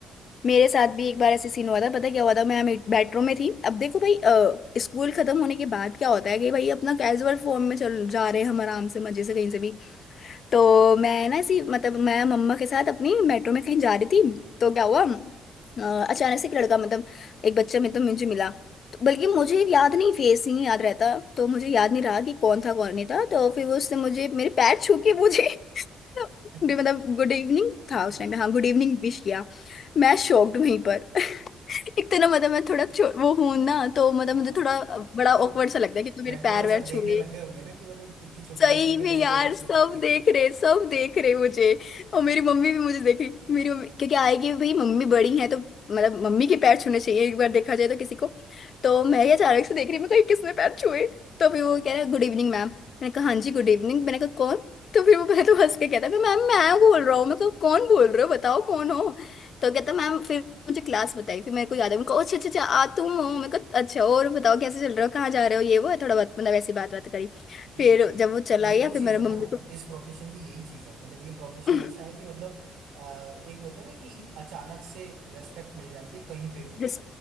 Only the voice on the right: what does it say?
<laughs>
हाँ
हाँ
तो
मेट्रो
में सब
देखने लग गए होंगे ना कि मतलब इतनी छोटी
लड़की के
पैर
कैसे छू
रहा है ये
यही
तो
यही
तो
चीज
है
ना
इस प्रोफेशन की यही चीज है मतलब ये प्रोफेशन
ऐसा है कि मतलब अ, एक होता है ना कि अचानक से रेस्पेक्ट मिल जाती है कहीं पे भी